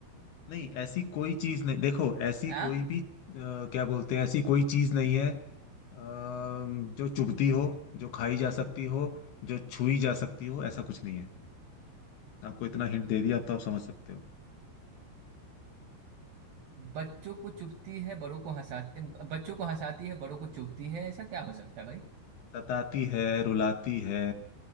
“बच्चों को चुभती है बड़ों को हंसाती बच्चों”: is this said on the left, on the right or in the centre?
Right